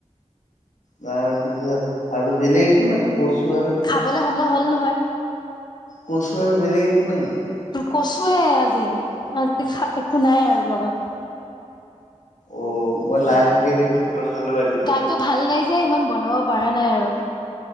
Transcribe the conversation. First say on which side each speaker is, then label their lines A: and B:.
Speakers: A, on the left (about 85°); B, on the left (about 35°).
A: তাৰপিছত আৰু বেলেগ একো নাই কচু আৰু।
B: খাবলৈ সময় হ'ল নহয়।
A: কচু আৰু বেলেগ একো নাই নেকি!
B: কচুয়ে আজি, আজি <unintelligible> একো নাই আৰু লগত।
A: অ, মই লাই শাকেৰে ভাতটো খালো আজি।
B: গাটো ভাল নাই যে, ইমান বনাব পৰা নাই আৰু।